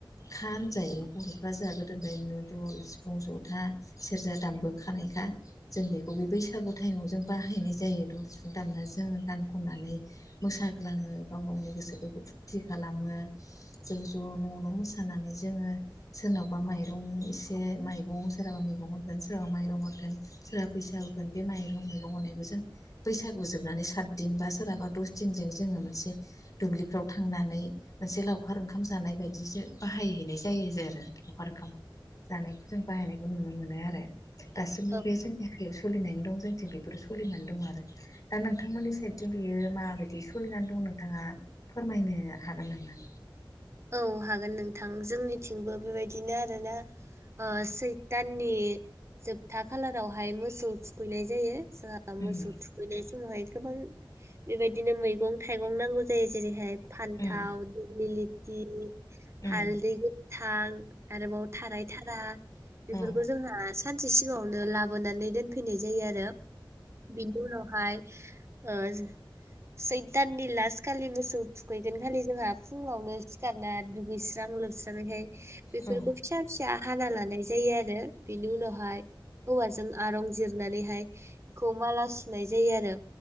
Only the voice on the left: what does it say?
खाम जायो बर'फ्रा जोंहा गोदोनिफायनो दल, सिफुं, जथा, सेरजा दामबो खानायखा। जों बेखौ बे बैसागु टाइमाव जों बाहायनाय जायो दल सिफुं दामना जोङो गान खननानै मोसाग्लाङो गाव गावनि गोसोफोरखौ फुरथि खालामो। ज' ज' न' न' मोसानानै जोङो सोरनावबा माइरं से मैगं सोराबा मैगं हरगोन सोरहाबा माइरं हरगोन। सोरा फैसा होगोन बे माइरं मैगं अनायखौ जों बैसागु जोबनानै सात दिन बा सोरहाबा दस दिनजों जोङो मोनसे दुब्लिफ्राव थांनानै मोनसे लावखार ओंखाम जानाय बायदि बाहायहैनाय जायो आरो लावखार ओंखाम। जानायखौ जों बाहायनायखौ नुनो मोनो आरो दासिमबो
बे जों <unintelligible> सलिनानै दं जोंथिं बेफोरो सलिनानै दं आरो दा नोंथांमोननि साइदजों बियो माबायदि सलिनानै दं नोंथाङा फोरमायनो हागोन नामा?
उम
उम
उम
उम
उम